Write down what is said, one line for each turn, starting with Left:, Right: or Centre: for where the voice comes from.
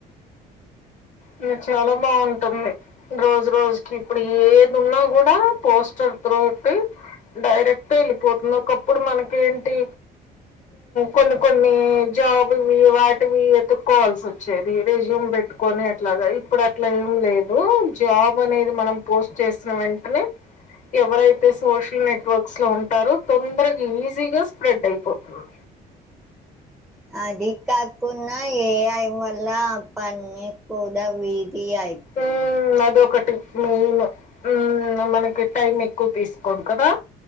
Left: అది చాలా బాగుంటుంది రోజు రోజుకి ఇప్పుడు ఏది ఉన్నా కూడా పోస్టర్ త్రోట్ డైరెక్ట్ వెళ్ళిపోతుంది ఒకప్పుడు మనకేంటి కొన్ని కొన్ని జాబ్ వి వాటివి వెతుక్కోవాల్సి వచ్చేది రెజ్యూమ్ పెట్టుకొని అట్లాగా ఇప్పుడు అట్లా ఏం లేదు జాబ్ అనేది మనం పోస్ట్ చేసిన వెంటనే ఎవరైతే సోషల్ నెట్వర్క్స్ లో ఉంటారో తొందరగా ఈజీగా స్ప్రెడ్ అయిపోతుంది
Centre: <inaudible> అది కాకున్నా ఏఐవల్ల పని కూడా వీ కి చేయిపోయింది
Left: మ్మ్ అదొకటి మెయిన్ మ్ మనకి టైం ఎక్కువ తీసుకోదు కదా